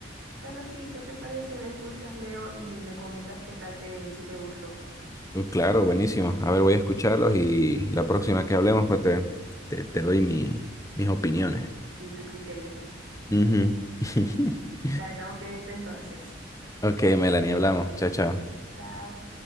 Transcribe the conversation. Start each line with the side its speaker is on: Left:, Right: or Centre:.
Right: Bueno, sí, ¿qué te parece si lo escuchas, Leo, y me comentas qué tal te, si te gustó,
Left: Uh, Claro, buenísimo. A ver, voy a escucharlos y la próxima que hablemos, pues te, te, te doy mi, mis opiniones.
Right: si tu criterio? <laughs>
Left: Ujú. <laughs>
Right: Dale, estamos pendientes entonces.
Left: Ok, Melanie, hablamos. Chao, chao.
Right: Chao.